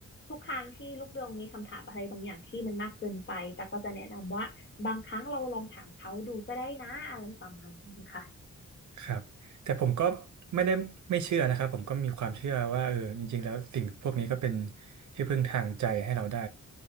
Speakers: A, on the left; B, on the right.
A: ทุกครั้งที่ลูกเดืองมีคำถามอะไรบางอย่างที่มันมากเกินไปตั๊กก็จะแนะนำว่าบางครั้งเราลองถามเขาดูก็ได้นะอะไรประมาณนี้ค่ะ
B: ครับแต่ผมก็ไม่ได้ไม่เชื่อนะครับผมก็มีความเชื่อว่าเออจริงๆแล้วสิ่งพวกนี้ก็เป็นที่พึ่งทางใจให้เราได้